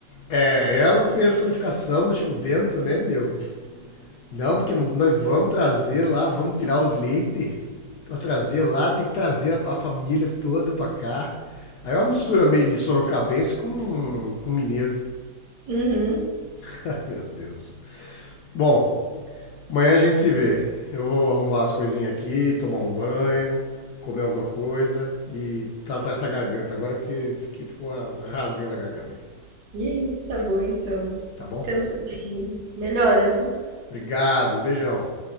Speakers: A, on the left; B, on the right.
A: É, ela a personificação do Chico Bento, né, meu? Não, porque não- nós vamos trazer lá, vamos tirar os leites, vamos trazer lá, tem que trazer a, a família toda pra cá. Aí é uma mistura meio de sorocabense com, com mineiro.
B: Uhum.
A: <laughs> Ai, meu Deus. Bom, amanhã a gente se vê. Eu vou arrumar as coisinhas aqui, tomar um banho, comer alguma coisa e tratar essa garganta agora, porque fiquei- ficou rasgando a garganta aqui,
B: E tá bom, então.
A: tá bom?
B: Descansa bem. Melhoras, viu?
A: Obrigado, um beijão.